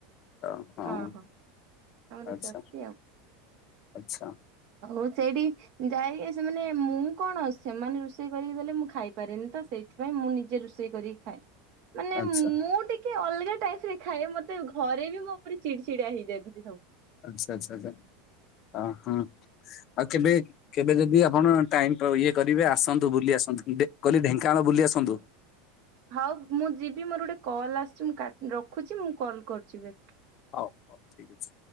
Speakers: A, on the left; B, on the right.
A: ଏ ହଁ।
B: ଓହୋ ଆମର
A: ଆଚ୍ଛା
B: ଚାଷୀ ଆଉ
A: ଆଚ୍ଛା
B: ହଉ ସେଇଠି ଯାଇକି ସେମାନେ ମୁଁ କଣ ସେମାନେ ରୋଷେଇ କରିକି ଦେଲେ ମୁଁ ଖାଇପାରେନି ତ ସେଇ ସେଥିପାଇଁ ମୁଁ ନିଜେ ରୋଷେଇ କରିକି ଖାଏ। ମାନେ
A: ଆଚ୍ଛା।
B: ମୁଁ ଟିକେ ଅଲଗା ଟାଇପରେ ଖାଏ ମତେ ଘରେ ବି ମୋ ଉପରେ ଚିଡି ଚିଆ ହେଇଯାନ୍ତି ସବୁ।
A: ଆଚ୍ଛା ଆଚ୍ଛା ଆଛା ଅ ହଁ ଆଉ କେବେ କେବେ ଯଦି ଆପଣ ଟାଇମ୍ ଇଏ କରିବେ ଆସନ୍ତୁ ବୁଲି ଆସନ୍ତୁ କହିଲି ଢେଙ୍କାନାଳ ବୁଲି ଆସନ୍ତୁ।
B: ହଉ ମୁଁ ଯିବି ମୋର ଗୋଟେ କଲ୍ ଆସିଛି ମୁଁ କା ରଖୁଛି ମୁଁ କଲ୍ କରୁଛି ବ
A: ହଉ ହଉ ଠିକ ଅଛି।